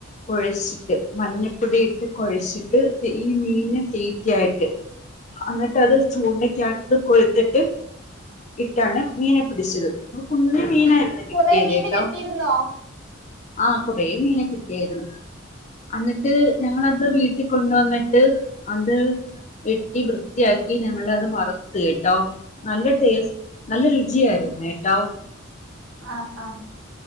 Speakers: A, on the left (about 35°); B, on the right (about 70°).
A: കൊഴച്ചിട്ട് മഞ്ഞപ്പൊടിയിട്ട് കൊഴച്ചിട്ട് ഈ മീനെ തീറ്റയായിട്ട് അന്നിട്ട് അത് ചൂണക്കാത്ത് കൊര്ത്തിട്ട് ഇട്ടാണ് മീനെ പിടിച്ചത് കുഞ്ഞു മീനാര്ന്നു
B: ആഹ്
A: കിട്ടിയത്ട്ടോ
B: കൊറേ മീന് കിട്ടിയിരുന്നോ
A: ആഹ് കുറേ മീനെ കിട്ടിയാര്ന്നു. അന്നിട്ട് ഞങ്ങളത് വീട്ടി കൊണ്ട് വന്നിട്ട് അത് വെട്ടി വൃ വൃത്തിയാക്കി ഞങ്ങൾ അത് വർത്ത് കേട്ടോ നല്ല ടേസ് നല്ല രുചിയാര്ന്നു കേട്ടോ
B: ആഹ് ആഹ്